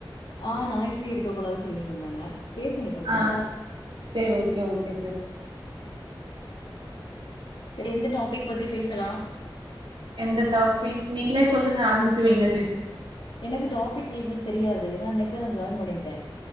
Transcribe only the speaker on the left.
ஆஹ் நாய்சே இருக்க கூடாது சொல்லிட்டு இருந்தாங்க பேசுங்க பிரச்சன
இல்ல
சேரி எந்த டாபிக் பத்தி பேசலா
எனக்கு டாபிக் ரிலேடட் தெரியாது ஏனா இன்னைக்கு தா நா ஜாயின் பண்ணிருக்கே